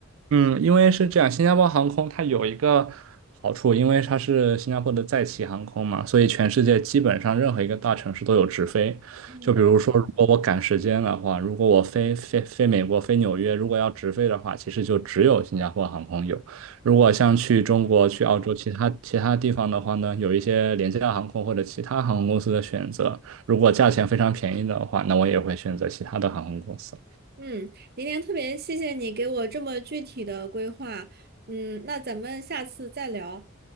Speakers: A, on the right; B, on the right.
A: 嗯，因为是这样，新加坡航空它有一个好处，因为它是新加坡的在旗航空嘛，所以全世界基本上任何一个大城市都有直飞。
B: 嗯
A: 就比如说，如果我赶时间的话，如果我飞飞飞美国、飞纽约，如果要直飞的话，其实就只有新加坡航空有。如果像去中国、去澳洲其他其他地方的话呢，有一些廉价航空或者其他航空公司的选择。如果价钱非常便宜的话，那我也会选择其他的航空公司。
B: 嗯，今天特别谢谢你给我这么具体的规划。嗯，那咱们下次再聊。